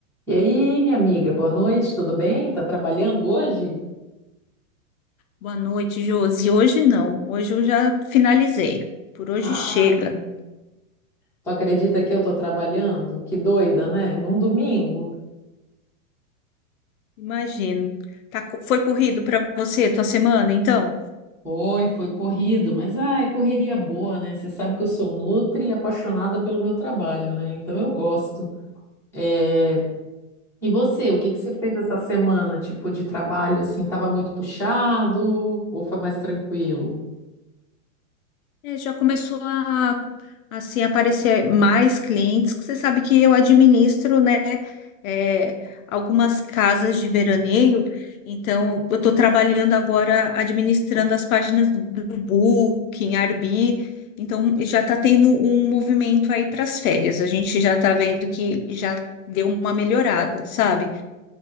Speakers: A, in the centre; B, on the left.
A: E aí, minha amiga, boa noite, tudo bem? Tá trabalhando hoje?
B: Boa noite, Josi. Hoje não. Hoje eu já finalizei. Por hoje
A: Ah,
B: chega.
A: tu acredita que eu tô trabalhando? Que doida, né? Num domingo.
B: Imagino. Tá co- foi corrido para você tua semana, então?
A: Foi, foi corrido, mas ah, é correria boa, né? Você sabe que eu sou nutri e apaixonada pelo meu trabalho, né? Então eu gosto. É, E você, o que que você fez essa semana? Tipo, de trabalho, assim, tava muito puxado ou foi mais tranquilo?
B: É, já começou a assim aparecer mais clientes, que você sabe que eu administro, né, é, algumas casas de veraneio, então eu estou trabalhando agora administrando as páginas do Booking, Airbnb, então já está tendo um movimento aí para as férias, a gente já está vendo que já deu uma melhorada, sabe?